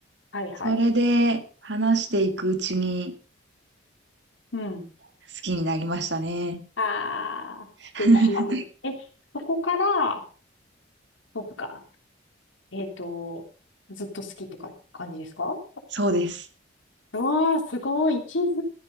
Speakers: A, on the left; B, on the right.
A: はいはい。
B: それで話していくうちに
A: うん。
B: 好きになりましたね。
A: ああ、
B: <laughs>
A: 素敵。え、そこから、そうか。えっと、ずっと好きってか感じですか
B: そうです。
A: うわあ、すごい、地図。